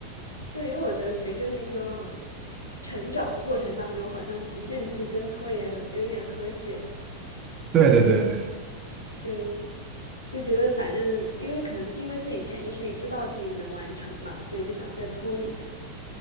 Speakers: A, on the left (about 80°); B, on the right (about 30°).
A: 对，因为我觉得随着那个成长的过程当中，好像逐渐就是跟拖延有一点和解了，会觉得
B: 对对对，
A: 对。就觉得反正，因为可能是因为自己潜意识里知道自己能完成吧，所以就想再拖一下。